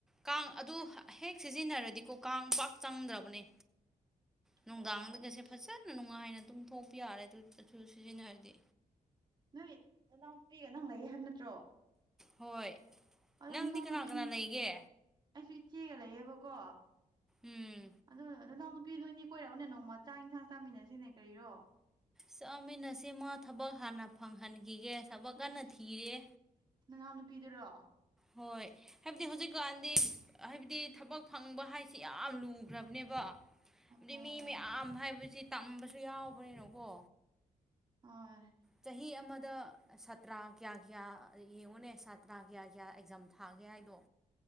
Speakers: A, in the centre; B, on the right.
A: ꯀꯥꯡ ꯑꯗꯨ ꯍꯦꯛ ꯁꯤꯖꯤꯟꯅꯔꯗꯤꯀꯣ ꯀꯥꯡ ꯄꯥꯛ ꯆꯪꯗ꯭ꯔꯕꯅꯦ ꯅꯨꯡꯗꯥꯡꯗꯒꯁꯦ
B: ꯑꯣ ꯑꯗꯨ ꯁꯤ
A: ꯐꯖꯅ ꯅꯨꯡꯉꯥꯏꯅ ꯑꯗꯨꯝ ꯊꯣꯛꯄ ꯌꯥꯔꯦ ꯑꯗꯨ ꯑꯗꯨ ꯁꯤꯖꯤꯟꯅꯔꯗꯤ
B: ꯅꯣꯏ ꯅꯅꯥꯎ ꯅꯨꯄꯤꯒ ꯅꯪ ꯂꯩꯌꯦ ꯍꯥꯏꯕ ꯅꯠꯇ꯭ꯔꯣ
A: ꯍꯣꯏ
B: ꯑꯗꯣ
A: ꯅꯪꯗꯤ
B: ꯏꯅꯥꯎꯅꯨꯄꯤꯅꯤ
A: ꯀꯅꯥ ꯀꯅꯥ ꯂꯩꯒꯦ
B: ꯑꯩꯁꯨ ꯏꯆꯦꯒ ꯂꯩꯌꯦꯕꯀꯣ
A: ꯎꯝ
B: ꯑꯗꯨ ꯑ ꯅꯅꯥꯎ ꯅꯨꯄꯤ ꯅꯣꯏꯅꯦ ꯀꯣꯏꯔꯛꯎꯅꯦ ꯅꯣꯡꯃ ꯆꯥꯛ ꯏꯟꯁꯥꯡ ꯆꯥꯃꯤꯟꯅꯁꯤꯅꯦ ꯀꯔꯤꯔꯣ
A: ꯆꯥꯃꯤꯟꯅꯁꯤ ꯃꯥ ꯊꯕꯛ ꯍꯥꯟꯅ ꯐꯪꯍꯟꯈꯤꯒꯦ ꯊꯕꯛ ꯀꯟꯅ
B: ꯑꯁ
A: ꯊꯤꯔꯤꯌꯦ
B: ꯅꯅꯥꯎ ꯅꯨꯨꯄꯤꯗꯨꯔꯣ
A: ꯍꯣꯏ ꯍꯥꯏꯕꯗꯤ ꯍꯧꯖꯤꯛꯀꯥꯟꯗꯤ ꯍꯥꯏꯕꯗꯤ ꯊꯕꯛ ꯐꯪꯕ ꯍꯥꯏꯁꯤ ꯌꯥꯝ ꯂꯨꯈ꯭ꯔꯕꯅꯦꯕ ꯑꯗꯨ
B: ꯑꯣ
A: ꯃꯤ ꯃꯌꯥꯝ ꯍꯥꯏꯕꯁꯤ ꯇꯝꯕꯁꯨ ꯌꯥꯎꯕꯅꯤꯅꯀꯣ
B: ꯍꯣꯢ
A: ꯆꯍꯤ ꯑꯃꯗ ꯁꯥꯇ꯭ꯔꯥ ꯀꯌꯥ ꯀꯌꯥ ꯌꯦꯡꯉꯨꯅꯦ ꯁꯥꯇ꯭ꯔꯥ ꯀꯌꯥ ꯀꯌꯥ ꯑꯦꯛꯖꯥꯝ ꯊꯥꯒꯦ ꯍꯥꯏꯗꯣ